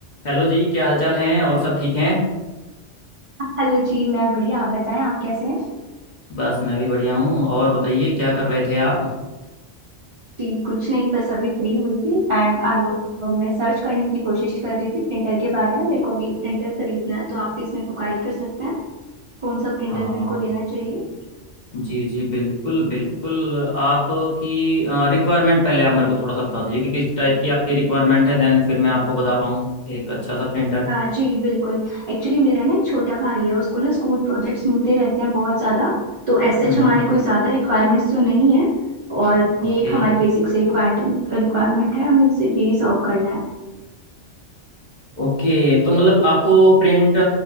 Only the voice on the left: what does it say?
Hello जी क्या हालचाल हैं और सब ठीक हैं
बस मैं भी बढ़िया हूँ और बताइए क्या कर रहे थे आप
हाँ
जी जी बिल्कुल बिल्कुल आपकी रिक्वायरमेंट पहले आप मेरे को थोड़ा सा बता दीजिए कि किस टाइप की आपकी रिक्वायरमेंट है देन फिर मैं आपको बता पाऊँ एक अच्छा सा प्रिंटर
हम्म
Okay
okay तो मतलब आपको प्रिंट